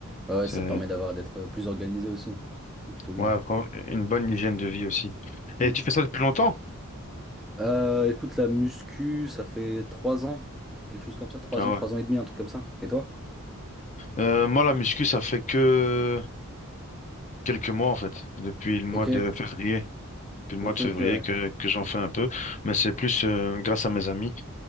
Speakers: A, in the centre; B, on the left (about 35°).
A: Ah ouais, ça
B: euh,
A: te permet d'avoir d'être plus organisé aussi, ce qui est plutôt bien.
B: Ouais, vraiment, une bonne hygiène de vie aussi.
A: Mm.
B: Et tu fais ça depuis longtemps?
A: Euh, écoute, la muscu, ça fait trois ans, quelque chose comme ça, trois
B: Ah
A: ans, trois
B: ouais.
A: ans et demi, un truc comme ça. Et toi?
B: Euh, moi, la muscu, ça fait que quelques mois, en fait. Depuis le mois
A: Ok,
B: de février. Depuis le
A: ok,
B: mois de février
A: ok, ouais.
B: que, que j'en fais un peu. Mais c'est plus euh, grâce à mes amis.